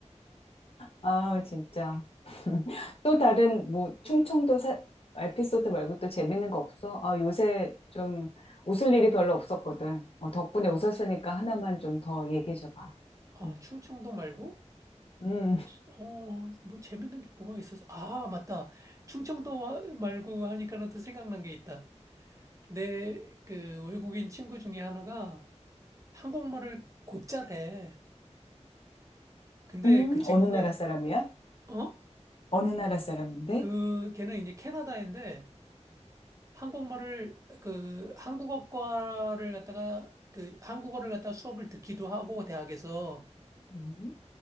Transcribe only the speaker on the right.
아,
충청도 말고?
어, 뭐 재밌는 게 뭐가 있었어? 아, 맞다. 충청도 와- 말고 하니까는 또 생각난 게 있다. 내 그 외국인 친구 중에 하나가 한국말을 곧잘해. 근데
그 친구가,
어?
그, 걔는 이제 캐나다인데, 한국말을 그 한국어과를 갖다가 그 한국어를 갖다가 수업을 듣기도 하고 대학에서